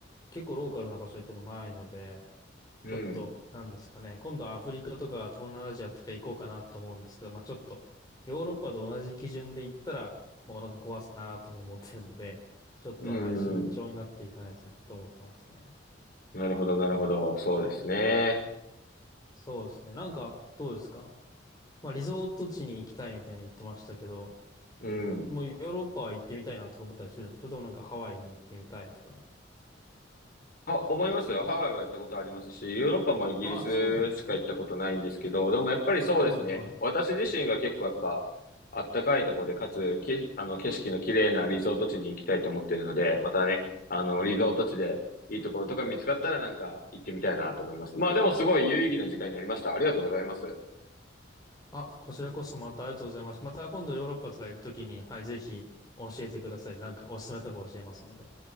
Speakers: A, on the left; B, on the left.
A: 結構ローカルな場所行ってもないので、
B: うん。
A: ちょっと、なんですかね。今度はアフリカとか東南アジアとか行こうかなと思うんですけど、まあちょっと、ヨーロッパと同じ基準で行ったら、もうお腹壊すなとか思ってるので、ちょっと、
B: うん。
A: はい、慎重になっていかないとなと思ってますね。
B: うんなるほど、なるほど。そうですね。
A: そうですね。なんか、どうですかまあリゾート地に行きたいみたいに言ってましたけど、
B: うん。
A: もうヨーロッパは行ってみたいなとか思ったりするんですかそれともなんかハワイに行ってみたいとか。
B: あ、思いますよ。ハワイは行ったことありますし、ヨーロッパもイギリスしか行ったことないんですけど、
A: ああ、そうなんですね。
B: でもやっぱりそうですね。
A: はいはい。
B: 私自身が結構やっぱ、あったかいところで、かつ、け、あの、景色の綺麗なリゾート地に行きたいと思っているので、またね、あの、リゾート地でいいところとか見つかったらなんか行ってみたいなと思います。まあでもすごい有意義な時間になりました。ありがとうございます。
A: あ、こちらこそまたありがとうございます。また今度ヨーロッパとか行くときに、はい、ぜひ教えてください。なんかおすすめとか教えますので。